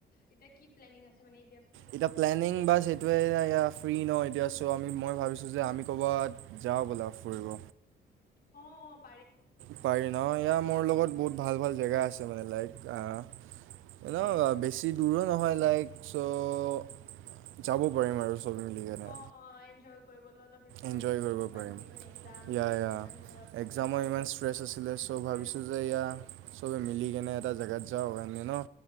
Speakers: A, on the left; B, on the right.
A: এতিয়া কি প্লেনিং আছে মানে এতিয়া
B: এতিয়া প্লেনিং বাচ সেইটোৱে ইয়া ইয়াত ফ্ৰী ন এতিয়া চ' আমি মই ভাবিছোঁ যে আমি ক'ৰবাত যা হব লাভ কৰিব
A: অ অপ
B: পাৰি ন ইয়া মোৰ লগত
A: একেলগে
B: বহুত ভাল ভাল জেগা আছে মানে লাইক আহ
A: উম
B: এনো
A: হুম
B: বেছি দূৰত নহয় লাইক চ' যাব পাৰিম আৰু চব মিলিকিণে
A: অ', অ', এনজয় কৰিবলৈ অলপ ৰিফ্ৰেছমেণ্টটো
B: এনজয় কৰিব
A: ইমান
B: পাৰিম
A: দিন এক্সাম
B: ইয়া
A: বুলি
B: ইয়া
A: ইমান ঘৰত থাকি
B: একজামৰ
A: কেনে
B: ইমান ষ্ট্ৰেছ আছিলে চ'
A: ষ্ট্ৰেছ
B: ভাবিছো
A: আছিলে
B: যে ইয়া চবে মিলি কেনে এটা জেগাত যাওঁ কানে ন